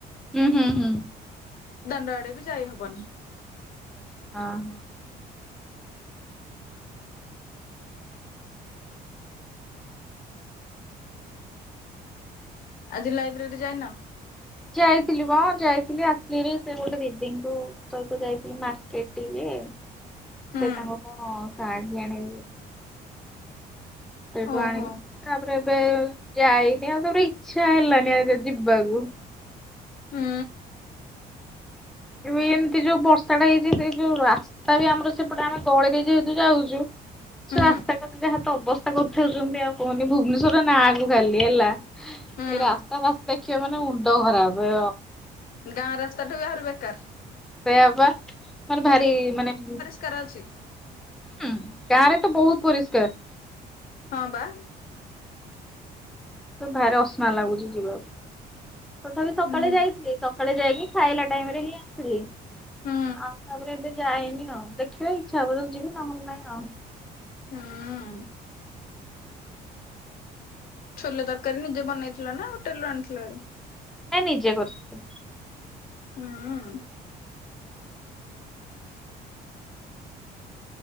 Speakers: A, in the centre; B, on the left (about 60°).
A: ହୁଁ ହୁଁ ହୁଁ।
B: ଦଣ୍ଡ ଆଡେ ବି ଯାଇ ହବନି।
A: ହଁ ହଁ।
B: ଆଜି ଲାଇବ୍ରେରୀ ଯାଇନ?
A: ଯାଇଥିଲି ବା ଯାଇଥିଲି ଆସିଲିଣି ସେ ଗୋଟେ ଦିଦିଙ୍କୁ ସହିତ ଯାଇଥିଲି ମାର୍କେଟ ଟିକେ
B: ହୁଁ
A: ସେ ତାଙ୍କ କଣ ଶାଢୀ ଆଣି ସେଇଠୁ
B: ଓହୋ
A: ଆଣିଲେ ତାପରେ ଏବେ ଯାଇନି ଆଉ ତାପରେ ଇଛା ହେଲାନି ଆଉ ଯିବାକୁ।
B: ହୁଁ।
A: ଏ ଏମିତି ଯୋଉ ବର୍ଷା ଟା ହେଇଛି ସେଇ ଯୋଉ ରା ତା ବି ଆମର ସେପଟେ ଆମେ ଗଳିରେ ଯେହେତୁ ଯାଉଛୁ ସେ
B: ହୁଁ
A: ରାସ୍ତା କଥା ଯାହା ତ ଅବସ୍ଥା କରିଥାଉଛନ୍ତି ଆଉ କୁହନି ଭୁବନେଶ୍ଵର ନାଁ କୁ ଖାଲି ହେଲା। ଏଇ
B: ହୁଁ
A: ରାସ୍ତା ଫାସ୍ତା ଦେଖିବ ମାନେ ମୁଣ୍ଡ ଖରାପ।
B: ଗାଁ ରାସ୍ତା ଠୁ ବି ଆହୁରି ବେକାର।
A: ସେଆ ବା ମାନେ ଭାରି ମାନେ
B: କରାଉଛି
A: ହୁଁ ଗାଁରେ ତ ବହୁତ ପରିଷ୍କାର।
B: ହଁ ବା
A: ତ ଭାରି ଅସ୍ନା ଲାଗୁଛି ଯିବାକୁ ତଥାପି ସକାଳେ
B: ହୁଁ
A: ଯାଇଥିଲି ସକାଳେ ଯାଇକି ଖାଇଲା ଟାଇମରେ ହିଁ ଆସିଲି
B: ହୁଁ
A: ଆଉ ତାପରେ ଏବେ ଯାଏନି ଆଉ ଦେଖିବା ଇଛା ହବ ତ ଯିବି ନହେଲେ ନାଇଁ ଆଉ।
B: ହଁ ଛୋଲେ ତରକାରୀ ନିଜେ ବନେଇଥିଲା ନା ହୋଟେଲ ରୁ ଆଣିଥିଲଭାରି
A: ନାଁ ନିଜେ କରଥି
B: ହୁଁ